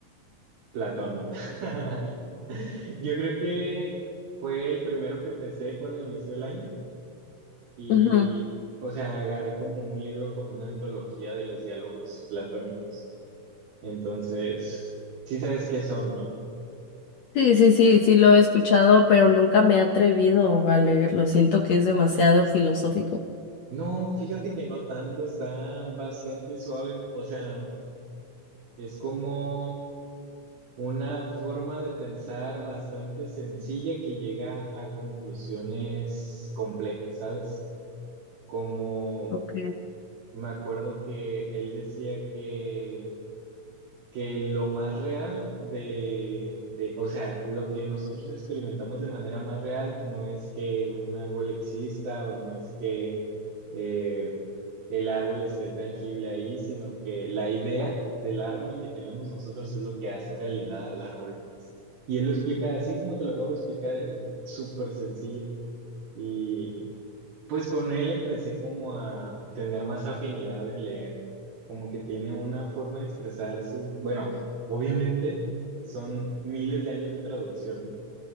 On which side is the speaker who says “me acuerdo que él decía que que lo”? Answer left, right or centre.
Right